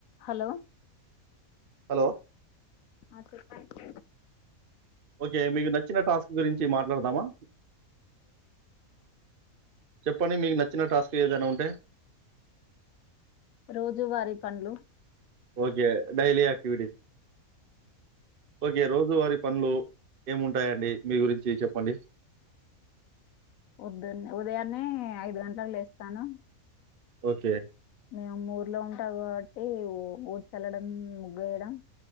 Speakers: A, on the left; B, on the right.
A: Hello
B: hello
A: అ సే క్
B: ఓకే మీకు నచ్చిన టాస్క్ గురించి మాట్లాడదామా చెప్పండి మీకు నచ్చ చిన్న టాస్క్ ఏదైనా ఉంటే
A: రోజు వారి పండ్లు
B: ఓకే. డైలీ ఆక్టివిటీస్ అఓకే రోజువారి పనులు ఏముంటాయండి మీ గురించి చెప్పండి
A: వద్దున్న ఉదయాన్నే ఐదు గంటలకు లేస్తాను
B: ఓకే.
A: మేము ఊర్లో ఉంటాం కాబట్టి ఊడ్ చల్లడం ముఖయడం